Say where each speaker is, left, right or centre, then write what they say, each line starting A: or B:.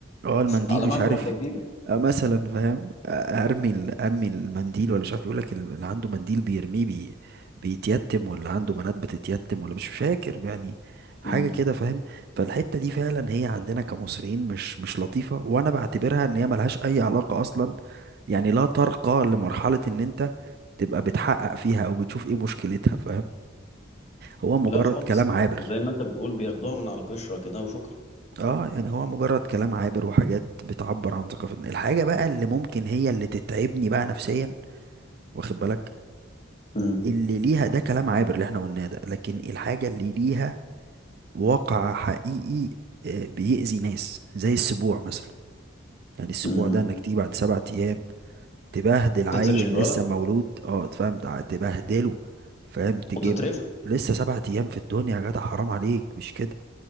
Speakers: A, on the right (about 50°); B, on the left (about 35°).
A: اه المنديل
B: على ما
A: مش
B: اعمل
A: عارف
B: واحده جديده
A: آه مثلا فاهم آه ارمي ال- ارمي المنديل ولا مش عارف يقولك ال- اللي عنده منديل بيرميه بي بيتيتم ولا عنده بنات بتتيتم ولا مش فاكر يعني حاجة
B: مم.
A: كده فاهم فالحتة دي فعلا هي عندنا كمصريين مش مش لطيفة وانا بعتبرها ان هي ملهاش اي علاقة اصلا يعني لا ترقى لمرحلة ان انت تبقى بتحقق فيها او بتشوف ايه مشكلتها فاهم هو مجرد
B: لا خالص
A: كلام عابر
B: زي ما انت بتقول بياخدوها من على القشرة كده وشكرا
A: اه يعني هو مجرد كلام عابر وحاجات بتعبر عن ثقافتنا الحاجة بقى اللي ممكن هي اللي تتعبني بقى نفسيا واخد بالك
B: مم.
A: اللي ليها ده كلام عابر اللي احنا قلناه ده لكن الحاجة اللي ليها واقع حقيقي آه، بيأذي ناس زي السبوع مثلا يعني السبوع
B: مم.
A: ده انك تيجي بعد سبعة ايام تبهدل عيل
B: تترش الولا
A: لسه مولود اه فاهم تع- تبهدله فاهم تجيب
B: وتترشه
A: له- لسه سبعة ايام في الدنيا يا جدع حرام عليك مش كده